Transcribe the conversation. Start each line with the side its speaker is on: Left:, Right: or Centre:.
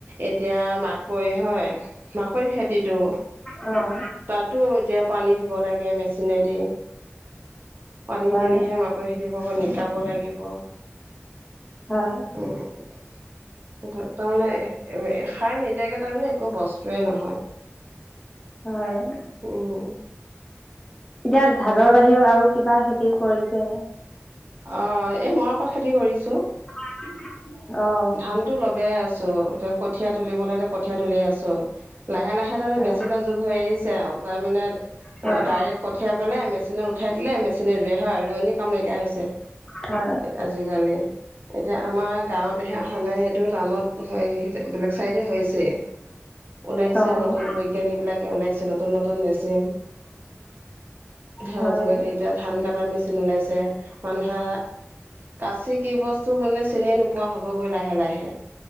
Right: এতিয়া মাকৈ হয়, মাকৈ খেতিটো
Left: অঁ।
Right: তাতো এতিয়া পানী দিব লায়। গে মেচিনেদি। পানী
Left: হয়
Right: দিলেহে মাকৈ খেতি হ'ব, নিকাব লাগিব।
Left: হয়।
Right: <unintelligible> <unintelligible> তাৰমানে <unintelligible> খাৰ নিদিয়াকে তাৰমানে একো বস্তুৱে নহয়।
Left: হয়
Right: উম',
Left: এতিয়া ধানৰ বাহিৰেও আৰু কিবা খেতি কৰিছেনে?
Right: অঁ', এ মৱাপাত খেতি কৰিছোঁ।
Left: <unintelligible> অ
Right: ধানতো লগাই আছোঁ। এতিয়া কঠীয়া তুলিব লাগে, কঠিয়া তুলিয়ে আছোঁ। লাহে, লাহে তাৰমানে
Left: হয়
Right: মেচিন যুগ হৈ আহিছে আও তাৰমানে ত
Left: হয়,
Right: অঁ, ডাইৰেক্ট কঠীয়া পেলাই মেচিনত উঠাই দিলে, মেচিনে ৰুৱে হয়, ৰুৱনি কাম নাইকিয়া হৈছে।
Left: হয়,
Right: এ আজিকালি, এতিয়া আমাৰ গাঁৱত সানাই সেইটো টানত হয় <unintelligible> বেলেগ চাইডে হৈছে। ওলাইছে
Left: অ',
Right: আ নতুন বৈজ্ঞানীবিলাকে ওলাইছে নতুন নতুন মেচিন। সোয়াৰ
Left: হয়,
Right: যোগেদি এতিয়া ধান কাটাৰ মেচিন ওলাইছে। মানুহে কাচি কি বস্তু, মানে চিনি নোপোৱা হ'বগৈ লাহে লাহে